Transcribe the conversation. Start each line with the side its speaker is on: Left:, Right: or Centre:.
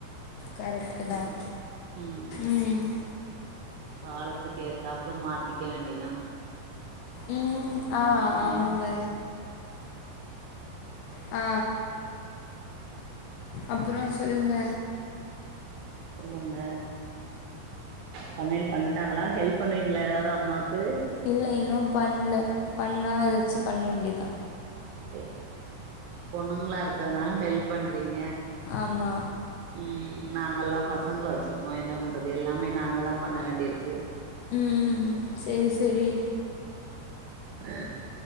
Left: கரெக்டு
Right: ம்ம்
Left: தான்
Right: ம்ம்
Left: ம்
Right: காலத்துக்கு ஏத்தாப்புல மாத்திக்க வேண்டியதா
Left: ம் ஆ ஆமாங்க
Right: ம்
Left: ஆ அப்பறோ சொல்லுங்க
Right: சொல்லுங்க சமையல் பண்ட்டாங்களா ஹெல்ப் பண்ணுவீங்களா ஏதாவ்து அம்மாக்கு
Left: இல்ல இன்னும் பண்ல பண்ணா ஏதாச்சு பண்ண வேண்டிதா
Right: சர் சி பொண்ணுங்களா இருக்றனால ஹெல்ப் பண்றீங்க
Left: ஆமா
Right: ம் நாங்கல்லா பசங்கள வச்சிருக்கோ என்ன பண்றது எல்லாமே நாங்க தா பண்ண வேண்டியிருக்கு
Left: ம்ம்ம் செரி செரி
Right: அ